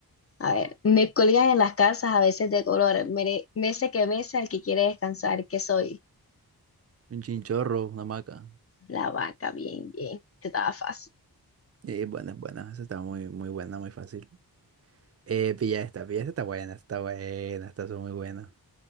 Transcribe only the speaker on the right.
Un chinchorro, una maca.
Y es buena, es buena. Esa está muy, muy buena, muy fácil. Eh, pilla esta, pilla esta está buena, está buena, está muy buena.